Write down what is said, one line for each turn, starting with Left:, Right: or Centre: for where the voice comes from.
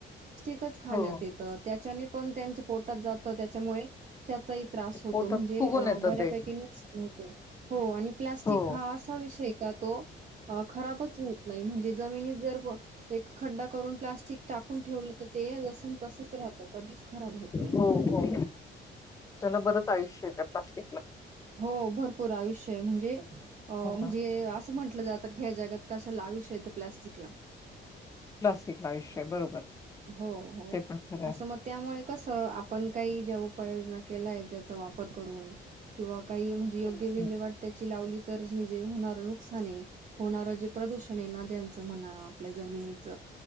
Right: प् ख
Left: हो.
Right: येत त्या पण त्यांचे पोट जात त्याच्यामुळे त्याचाही त्रास
Left: ते
Right: होतो
Left: पोटात
Right: म्हणजे
Left: फुगून येतं
Right: बऱ्यापैकी
Left: ते.
Right: नुकसान होतो हो आणि प्लास्टिक
Left: हो,
Right: हा असा विषय का तो खराबच होत नाही म्हणजे जमनी जर एक खड्डा करून प्लास्टिक टाकून ठेवलं तर ते जस तसच राहतं कधीच खराब होत नाही
Left: हो, हो. त्याला बरंच आयुष्य आहे त्या प्लास्टिकला.
Right: हो भरपूर आयुष्य म्हणजे अ म्हणजे
Left: हो ना.
Right: असं म्हटलं जात ह्या जगात कस लावू श यत प्लास्टिकला
Left: क्लासिकला विषय बरोबर
Right: हो हो
Left: ते पण खरं आहे.
Right: असं मग त्यामुळे कस आपण काही ज्या उपाययोजना केलाय त्याचा वापर करून किंवा काही म्हणजे योग्य
Left: हं,
Right: विल्हेवाट
Left: हं,
Right: वाट त्याची लावली. तर जे जे होणार नुकसान आहे होणारं जे प्रदूषण आहे नद्यांच म्हणा आपल्या जमिनीच